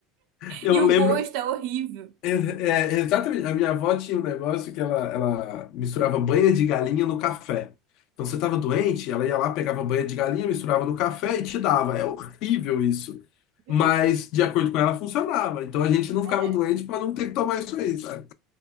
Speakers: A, on the left (about 60°); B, on the right (about 70°).
A: <laughs> Eu
B: e o
A: lembro,
B: gosto é horrível.
A: É, é, exatamente. A minha avó tinha um negócio que ela, ela misturava banha de galinha no café. Então você estava doente, ela ia lá, pegava banha de galinha, misturava no café e te dava. É horrível isso.
B: Hum.
A: Mas, de acordo com ela, funcionava. Então a gente não ficava
B: É,
A: doente para não ter que tomar isso aí, sabe?